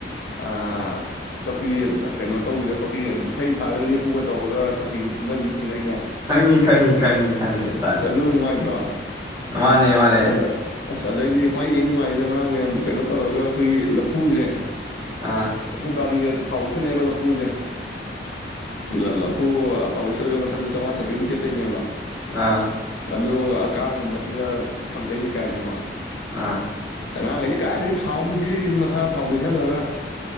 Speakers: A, on the left; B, on the right.
A: ꯑꯥ ꯆꯧꯀ꯭ꯔꯤ ꯀꯩꯅꯣ ꯇꯧꯕꯤꯗꯣ ꯆꯧꯀ꯭ꯔꯤ ꯏꯁꯩ ꯊꯥꯔꯒ ꯂꯦꯞꯄꯨꯒ ꯇꯧ ꯑꯗꯨꯒ ꯆꯧꯀ꯭ꯔꯤꯒ ꯐꯝꯅꯕꯤ ꯂꯩꯗꯥꯏꯅꯦ
B: ꯈꯪꯉꯤ ꯈꯪꯉꯤ ꯈꯪꯉꯤ ꯈꯪꯉꯤ ꯇꯥꯏ
A: ꯑꯗꯨ ꯅꯨꯡꯉꯥꯏꯇ꯭ꯔꯣ
B: ꯃꯥꯅꯦ - ꯃꯥꯅꯦ
A: ꯑꯗ ꯑꯁ ꯑꯗꯩꯗꯤ ꯈ꯭ꯋꯥꯏ ꯌꯦꯡꯅꯨꯡꯉꯥꯏꯔꯤꯁꯤꯅ ꯑꯉꯥꯡ ꯃꯌꯥꯝ ꯀꯩꯅꯣ ꯇꯧꯔꯒ ꯑꯩꯈꯣꯏꯒꯤ ꯂꯐꯨꯁꯦ
B: ꯑꯥ
A: ꯂꯐꯨ ꯀꯥꯕꯤ ꯊꯥꯎ ꯎꯁꯦꯅꯦꯕ ꯂꯐꯨꯖꯦ ꯂ ꯂꯄꯨ ꯊꯥꯎ ꯎꯁꯜꯂꯒ ꯃꯊꯛꯇ ꯆꯧꯉꯥ ꯆꯠꯄꯤ ꯑꯃ ꯊꯦꯠꯇꯣꯏꯅꯦꯕ
B: ꯑꯥ
A: ꯑꯗꯨ ꯑꯀꯥ ꯉꯝꯕꯗꯨꯗ ꯐꯪꯗꯣꯏꯅꯤ ꯀꯥꯏꯅꯀꯣ
B: ꯑꯥ
A: ꯑꯁ ꯑꯉꯥꯡ <unintelligible> ꯀꯥꯏꯗꯒꯤ ꯊꯥꯎꯖꯤ ꯃꯁꯥ ꯊꯥꯎ ꯇꯩꯁꯜꯂꯒ